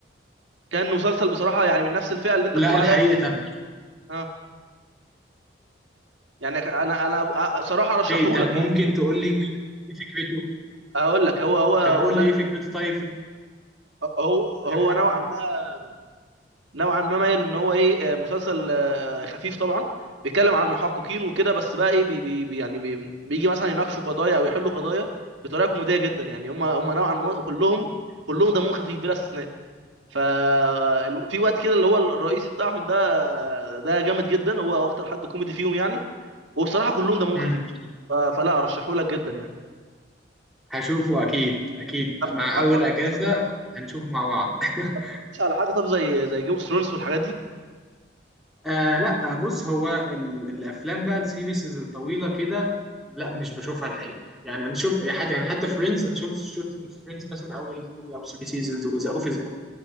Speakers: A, on the right (about 85°); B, in the centre.
A: كان مسلسل بصراحه يعني من نفس الفئه اللي انت
B: لا
A: بتقول
B: الحقيقه
A: عليها دي
B: طب
A: اه يعني انا انا صراحه ارشحه
B: اوكي طب
A: لك
B: ممكن
A: يعني انت
B: تقول لي ايه إيه فكرته
A: هقول لك هو هو
B: طب قول
A: وانا
B: لي ايه فكرته طيب في-
A: هو
B: من
A: هو
B: غير حرق
A: نوعا
B: طبعا
A: ما نوعا ما مايل ان هو ايه آه، مسلسل آه، خفيف طبعا بيتكلم عن محققين وكده بس بقى ايه بي بي بي- يعني بي بيجي مثلا يناقشوا قضايا او يحلوا قضايا بطريقه كوميديه جدا يعني هم هم نوعا ما كلهم كلهم دمهم خفيف بلا استثناء ف ال- في وقت كده اللي هو الرئيسي بتاعهم ده ده جامد جدا هو اكتر حد كوميدي فيهم يعني وبصراحه كلهم دمهم
B: مم.
A: خفيف ف- فلا ارشحه لك جدا يعني
B: هشوفه اكيد اكيد
A: طب
B: مع
A: ما
B: اول
A: اتفرجتش
B: اجازه
A: على
B: هنشوفه مع بعض <laughs>
A: ما اتفرجتش على حاجه طب زي زي جيم اوف ثرونز والحاجات دي
B: آه لا بص هو ال- الافلام بقى السيريسز الطويله كده لا مش بشوفها الحقيقه يعني انا شوف يعني حتى يعني حتى فريندز انا شفت شفت من فريندز مثلا اول تو او ثري سيزونز وذا اوفيس